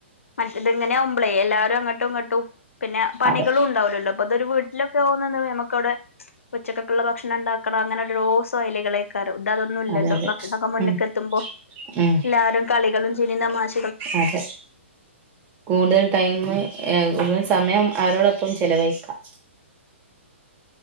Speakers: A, on the left; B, on the right.
A: മറ്റത്ങ്ങനെ ഒ്പളേ എല്ലാരും അങ്ങോട്ടും ഇങ്ങോട്ടും പിന്നെ പണികളും
B: അതെ
A: ഉണ്ടാവല്ലോ അപ്പൊ അതൊരു വീട്ടിലൊക്കെ ആകുന്ന നമുക്ക അവിടെ ഉച്ചക്കുള്ള ഭക്ഷണം ഉണ്ടാക്കണം അങ്ങനെ രോസോ അലികളൊക്കെ ഇ അതൊന്നും ഇല്ലല്ലോ
B: അതെ അതെ
A: ഭക്ഷണൊക്കെ മുന്നക്ക
B: ഉം
A: എത്തുമ്പോ
B: ഉം
A: എല്ലാരും കളികളും ചിരിയും തമാശ
B: അതെ കൂതൽ ടൈമ ഒ സമയം അവരോടൊപ്പം ചെലവഴിക്കാം